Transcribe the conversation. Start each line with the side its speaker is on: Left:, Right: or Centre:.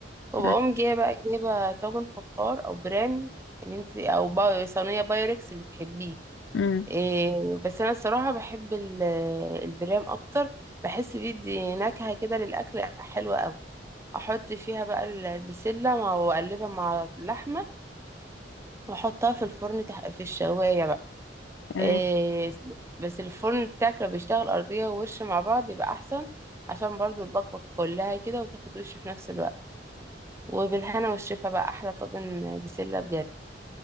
Right: وبقوم
Left: تمام
Right: جاية بقى جايبة طاجن فخار أو برام اللي انت أو با... صينية بايركس اللي تحبيه
Left: مم.
Right: إيه بس أنا الصراحة بحب ال- البرام أكتر بحس بيدي نكهة كده للأكل حلوة أوي أحط فيها بقى البسلة مع- وأقلبها مع اللحمة واحطها في الفرن تح... في الشواية بقى
Left: تمام
Right: إيه... بس الفرن بتاعك لو بيشتغل أرضية ووش مع بعض يبقى أحسن عشان برضو البكبك كلها كده وتاخد وش في نفس الوقت وبالهنا والشفا بقى أحلى طاجن بسلة بجد